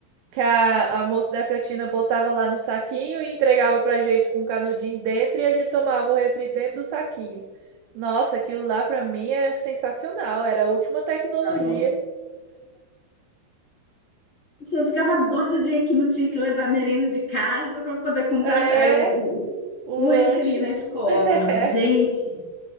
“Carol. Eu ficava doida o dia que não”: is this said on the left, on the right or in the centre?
Left